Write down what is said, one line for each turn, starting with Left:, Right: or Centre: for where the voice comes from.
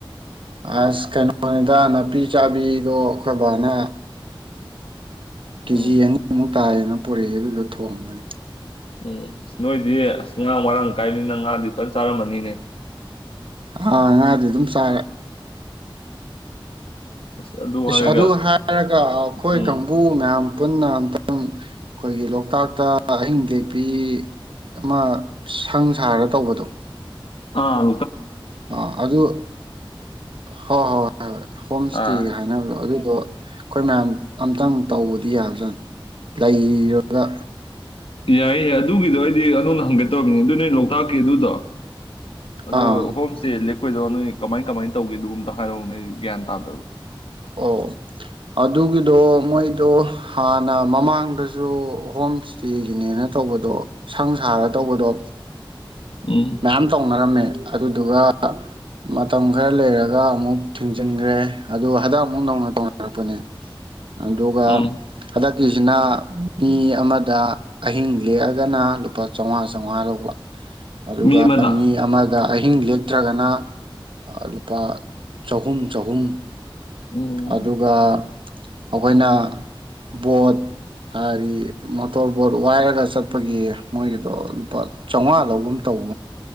Right: ꯑꯁ ꯀꯩꯅꯣꯅꯤꯗ ꯅꯥꯄꯤ ꯆꯥꯕꯤꯗꯣ ꯑꯩꯈꯣꯏ ꯐꯅ ꯀꯦꯖꯤ
Left: ꯎꯝ
Right: ꯇꯥꯏꯌꯦꯅ ꯄꯨꯔꯤꯩ ꯑꯗꯨꯗ ꯊꯣꯡꯕꯅꯤ
Left: ꯎꯝ ꯑ ꯅꯣꯏꯗꯤ ꯑꯁ ꯉꯥ ꯋꯥꯔꯥꯡ ꯀꯥꯏꯅꯤꯅ ꯉꯥꯗꯤꯨꯇꯥꯟ ꯆꯥꯔꯝꯃꯅꯤꯅꯦ
Right: ꯑꯥ ꯉꯉꯥꯡꯗꯤ ꯑꯗꯨꯝ ꯆꯔꯦ
Left: ꯑꯁ
Right: ꯏꯁꯁ
Left: ꯍꯥꯏꯔꯒ
Right: ꯑꯗꯨ ꯍꯥꯏꯔꯒ ꯑꯩꯈꯣꯏ
Left: ꯎꯝ
Right: ꯀꯥꯡꯕꯨ ꯃꯌꯥꯝ ꯄꯨꯟꯅ ꯑꯨꯛꯇꯪ ꯑꯩꯈꯣꯏꯒꯤ ꯂꯣꯛꯇꯥꯛꯇ ꯑꯍꯤꯡ ꯇꯦꯛꯄꯤ ꯑꯃ ꯁꯪ ꯁꯥꯔꯒ ꯇꯧꯕꯗꯣ
Left: ꯑ
Right: ꯑ ꯑꯗꯨ ꯍꯣꯏ ꯍꯣꯏ ꯍꯣꯏ ꯍꯣꯏ ꯍꯣꯝ
Left: ꯑꯥ
Right: ꯏꯁꯇꯦ ꯍꯥꯏꯅꯕꯗꯣ ꯑꯗꯨꯗꯣ ꯑꯩꯈꯣꯏ ꯃꯌꯥꯝ ꯑꯝꯇꯪ ꯇꯧꯕꯗꯤ ꯌꯥꯕꯖꯥꯠꯅꯤ ꯂꯩꯔꯒ
Left: ꯌꯥꯏ ꯌꯥꯏ ꯑꯗꯨꯒꯤꯗꯣ ꯑꯩꯗꯤ ꯅꯣꯅ ꯍꯪꯒꯠꯇꯧꯔꯤꯕꯅꯤ ꯑꯗꯨ ꯅ ꯂꯣꯛꯇꯥꯛꯀꯤ ꯑꯗꯨꯗꯣ ꯑꯗꯨꯣ
Right: ꯑꯥ
Left: ꯍꯣꯝꯁꯦ ꯑꯩꯈꯣꯏꯗꯣ ꯅꯣꯏ ꯀꯃꯥꯏ ꯀꯃꯥꯏ ꯇꯧꯦ ꯑꯗꯨꯒꯗꯨ ꯑꯝꯇ ꯍꯥꯏꯔꯛ ꯅꯣꯏ ꯒ꯭ꯌꯥꯟ ꯇꯥꯕ
Right: ꯑꯣ ꯑꯗꯨꯒꯤꯗꯣ ꯃꯣꯏꯗꯣ ꯍꯥꯟꯅ ꯃꯃꯥꯡꯗꯁꯨ ꯍꯣꯝ ꯏꯁꯇꯦꯒꯤꯅꯦꯅ ꯇꯧꯕꯗꯣ ꯁꯪ ꯁꯥꯔ ꯇꯧꯕꯗꯣ
Left: ꯎꯝ
Right: ꯃꯌꯥꯝ ꯇꯧꯅꯔꯝꯃꯦ ꯑꯗꯨꯗꯨꯒ ꯃꯇꯝ ꯈꯔ ꯂꯩꯔꯒ ꯑꯃꯨꯛ ꯊꯤꯡꯖꯤꯟꯈ꯭ꯔꯦ ꯑ ꯍꯗꯛ ꯑꯃꯨꯛ ꯅꯧꯅ ꯇꯧꯅꯔꯛꯄꯅꯦ ꯑꯗꯨꯒ
Left: ꯎꯝ
Right: ꯍꯟꯗꯛꯀꯤꯁꯤꯅ ꯃꯤ ꯑꯃꯗ ꯑꯍꯤꯡ ꯂꯦꯛꯑꯒꯅ ꯂꯨꯄꯥ ꯆꯝꯃꯉꯥ ꯆꯥꯝꯃꯉꯥ ꯂꯧꯕ ꯑꯗꯨꯒ
Left: ꯃꯤ ꯑꯃꯗ
Right: ꯑꯃꯥꯡ ꯑꯗ ꯑꯍꯤꯡ ꯂꯦꯛꯇ꯭ꯔꯒꯅ ꯂꯨꯄꯥ ꯆꯍꯨꯝ ꯆꯍꯨꯝ
Left: ꯎꯝ
Right: ꯑꯗꯨꯒ ꯑꯩꯈꯣꯏꯅ ꯕꯣꯠ ꯍꯥꯏꯗꯤ ꯃꯣꯇꯣꯔ ꯕꯣꯠ ꯋꯥꯏꯔꯒ ꯆꯠꯄꯒꯤ ꯃꯣꯏꯒꯤꯗꯣ ꯂꯨꯄꯥ ꯆꯥꯝꯃꯉꯥꯗꯒꯨꯝ ꯇꯧꯕ